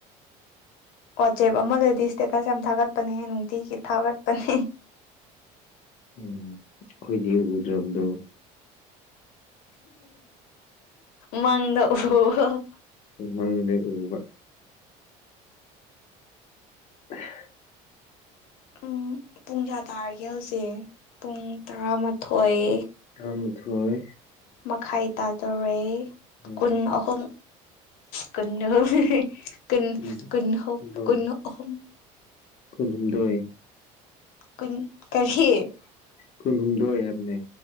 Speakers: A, on the left (about 75°); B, on the left (about 45°).
A: ꯋꯥꯆꯦꯞ ꯑꯃ ꯂꯩꯗꯤ ꯏꯁꯇꯦꯇꯁ ꯌꯥꯝ ꯊꯥꯒꯠꯄꯅꯦ ꯅꯨꯡꯇꯤꯒꯤ ꯊꯥꯒꯠꯄꯅꯦ
B: ꯎꯝ ꯑꯩꯈꯣꯏꯗꯤ ꯎꯗ꯭ꯔꯕꯗꯣ
A: ꯃꯗ <unintelligible>
B: ꯃꯡꯗꯥ ꯎꯕ ꯍ
A: ꯎꯝ ꯄꯨꯡ ꯀꯌꯥ ꯇꯥꯔꯒꯦ ꯍꯧꯖꯤꯛ ꯄꯨꯡ ꯇꯔꯥꯃꯥꯊꯣꯏ
B: ꯑ ꯃꯗꯨ ꯍꯣꯏ
A: ꯃꯈꯥꯏ ꯇꯥꯖꯣꯔꯦ
B: ꯎꯝ
A: ꯀꯨꯟ ꯑꯍꯨꯝ ꯀꯟꯅꯍ ꯀꯟ
B: ꯄꯨꯡ
A: ꯀꯟꯅꯍ
B: ꯍꯨꯝꯗꯣꯏ
A: ꯀꯟꯅ ꯑꯍꯨꯝ
B: ꯀꯨꯟꯍꯨꯝꯗꯣꯏ
A: ꯀꯟ ꯀꯔꯤꯌꯦ
B: ꯀꯨꯟꯍꯨꯝꯗꯣꯏ ꯍꯥꯏꯕꯅꯦ